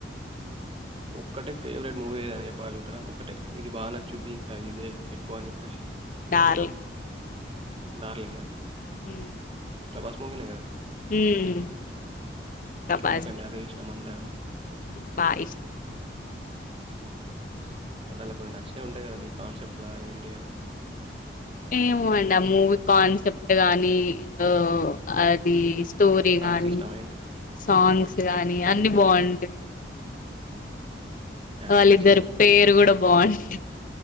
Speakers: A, on the right; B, on the left.
A: ఒక్కటే ఫేవరెట్ మూవీ ఏద అని చెప్పగలుగుతారా ఒకటే ఇది బాగా నచ్చుద్ది ఇంకా ఇదే ఎక్కువ అని చెప్పేసి
B: డార్లింగ్
A: డార్లింగ్ అ
B: హమ్
A: ప్రభాస్ మూవీ నే కదా
B: ఉమ్ ప్రభాస్
A: ఎందుకండి అదే ఇష్టం అంతగనం?
B: బా ఇష్టం
A: అంటే అలా కొన్ని నచ్చనేవి ఉంటాయి కదా మీ కాన్సెప్ట్ లా ఏంటియా
B: ఏమో అండి ఆ మూవీ కాన్సెప్ట్ గానీ ఆ అది స్టోరీ
A: సాంగ్స్
B: గానీ
A: ఇష్టమా ఏంటి?
B: సాంగ్స్ గాని అన్ని బాగుంటాయి
A: అన్నీ
B: వాళ్ళిద్దరు
A: నచ్చుతాయి మీకు.
B: పేరు కూడా బాగుంటంది